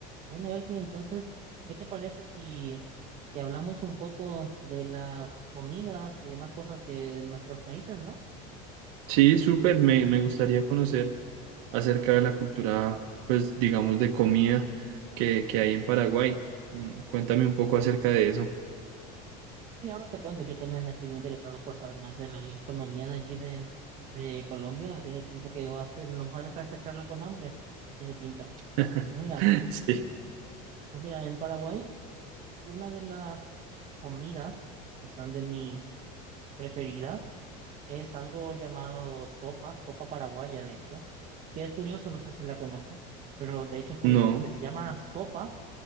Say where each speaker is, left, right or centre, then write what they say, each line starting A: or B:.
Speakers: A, on the right; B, on the right.
A: Bueno, Elkin, entonces, ¿qué te parece si, si hablamos un poco de las comidas y demás cosas que de nuestros países, ¿no?
B: Sí, súper, me, me gustaría conocer acerca de la cultura, pues digamos, de comida que, que hay en Paraguay. Mm, Cuéntame un poco acerca de eso.
A: Y ahora te cuento, yo también estoy muy interesado por saber más de la gastronomía de allí de, de Colombia. Tiene pinta que va a ser, nos va a dejar esta charla con hambre. Tiene pinta.
B: <laughs>
A: Pues mira,
B: Sí,
A: pues mira, en Paraguay, una de las comidas que son de mis preferidas Es algo llamado sopa, sopa paraguaya, de hecho, y que es curioso, no sé si la conoces, pero de hecho es curioso
B: no,
A: porque se llama sopa,